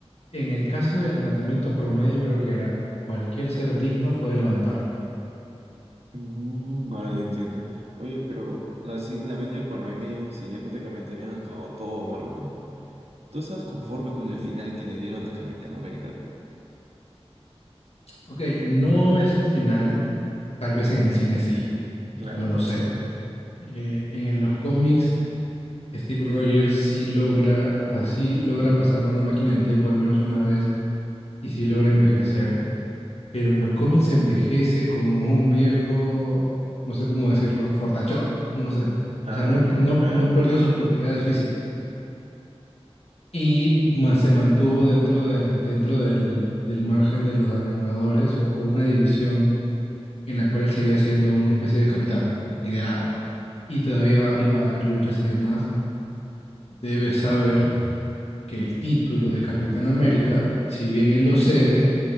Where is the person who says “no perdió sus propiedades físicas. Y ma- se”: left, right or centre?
Left